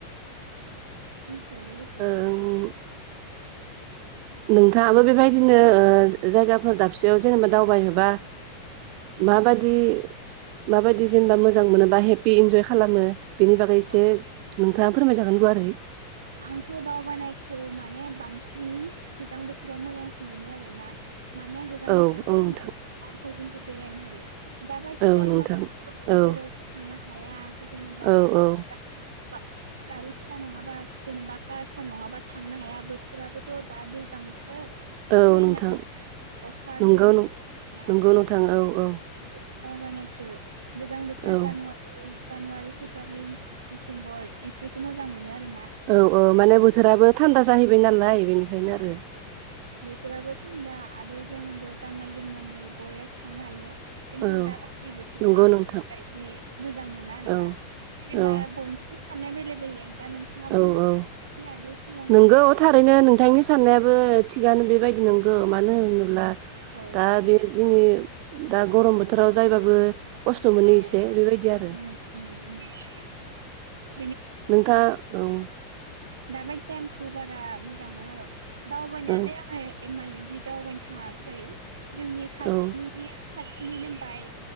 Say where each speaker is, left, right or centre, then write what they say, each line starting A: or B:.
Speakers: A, on the right; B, on the right.
A: जि सांनो गोसो
B: ओं नोंथाङाबो बेबायदिनो ओ जायगाफोर दाबसेयाव जेनेबा दावबायहोबा माबायदि माबायदि जेनेबा मोजां मोनोबा हेपि इन्जय खालामो बेनि बागै एसे
A: औ
B: नोंथाङा फोरमाय जागोन गुवारै
A: आंथ' दावबायानायखौ माने बांसिन गोजां बोथोराव मोजांसिन मोनो आरोना माने गोजां
B: औ
A: बोसोर
B: औ
A: टाइमाव
B: नोंथां
A: <unintelligible> बेरायनो हायो दाबायदि
B: औ
A: टाइमावदो
B: नोंथां औ
A: <unintelligible> राव थांनो हाया जेनेबा
B: औ औ
A: <unintelligible> गारि फिसा नङाबा जेनेबा कारसार नङाबा थांनो हाया बोथोराबोथ' दा दैज्लां बोथोर
B: औ
A: सोलाय
B: नोंथां
A: नागिरा अखा
B: नंगौ
A: दैनि <unintelligible> ना
B: नंगौ
A: बेनिखायनो
B: नोंथां औ औ
A: दावबायनायखो गोजां बोथोर
B: औ
A: जानुवा जानुवारि फेब्रुवारि डिसेम्बर इफोरखौ मोजां मोनो आरो ना
B: औ औ माने बोथोराबो थान्दा जाहैबाय नालाय बेनिखायनो आरो
A: बोथोराबो थान्दा आरो जोङोबो गाननाय जोमनानै बरियासो थांनो हायो खिन्थु
B: औ
A: दाबायदि बोथोराव
B: नंगौ
A: आं
B: नोंथां
A: बदि मोजां मोनो आरोना
B: औ
A: जेनेबा
B: औ
A: बय साननाया बेलेग बेलेग दा नोंथाङा
B: औ
A: बुंदो
B: औ
A: से आगोल सिगाङाव
B: नोंगौ थारैनो नोंथांनि साननायाबो थिगानो बेबायदि नंगौ मानो होनोब्ला
A: औ
B: दा बे जोंनि दा गरम बोथोराव जायबाबो खस्थ'
A: औ
B: मोनो एसे बेबायदि
A: उम
B: आरो
A: उम -
B: नोंथां ओङ
A: दा बायदि टाइमखौ बारा मोजां मोना आरो दावबायनायालाय
B: औ
A: आङो एमाय इदि दावबायनो थाङाखै जोंनि खाथिनि
B: औ
A: खाथिनिनो बाय